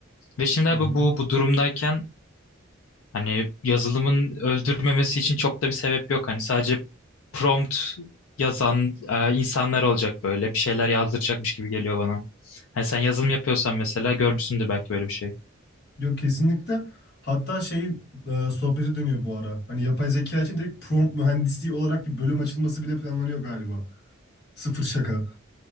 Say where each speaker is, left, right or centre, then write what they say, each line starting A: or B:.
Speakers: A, on the left (about 75°); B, on the left (about 50°).
A: Ve şimdi
B: Hı
A: abi
B: hı.
A: bu bu durumdayken Hani yazılımın öldürmemesi için çok da bir sebep yok. Hani sadece prompt yazan e, insanlar olacak böyle. Bir şeyler yazdıracakmış gibi geliyor bana. Hani sen yazılım yapıyorsan mesela görmüşsündür belki böyle bir şey.
B: Yok kesinlikle. Hatta şey e, sohbeti dönüyor bu ara. Hani yapay zeka için direkt prompt mühendisliği olarak bir bölüm açılması bile planlanıyor galiba. Sıfır şaka.